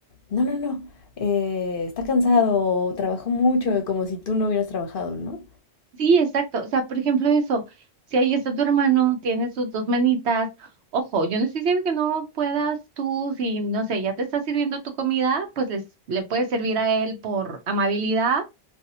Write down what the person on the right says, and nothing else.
Sí, exacto. O sea, por ejemplo, eso, si ahí está tu hermano, tiene sus dos manitas, ojo, yo no estoy diciendo que no puedas tú, si no sé, ya te está sirviendo tu comida, pues les, le puedes servir a él por amabilidad